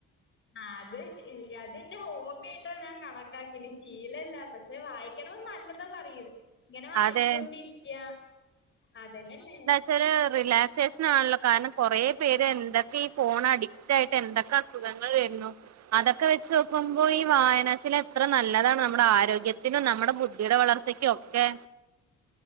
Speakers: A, on the left; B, on the right.
A: ആ അത് അതെന്റെ ഹോബിായിട്ടാ ഞാൻ കണക്കാക്കി ശീലല്ല പക്ഷെ വായി വായിക്ക്ണ നല്ലതോ പറയും ഇങ്ങനെ വായിച്ച
B: അതെ
A: കൊണ്ടിരിക്കയാ അതന്നെല്ലേ
B: ചെലെ റിലാക്സേഷൻ ആണല്ലോ കാരണം കൊറേ പേര് എന്തൊക്കെ ഈ ഫോണ അടി ട്ടായിട്ട് എന്തൊക്കെ അസുഖങ്ങൾ വരുന്നു അതൊക്കെ വെച്ച് നോക്കുമ്പോ ഈ വായനാ ശീല എത്ര നല്ലതാണ് നമ്മുടെ ആരോഗ്യത്തിനും നമ്മുടെ ബുദ്ധിയുടെ വളർച്ചയ്ക്കും ഒക്കെ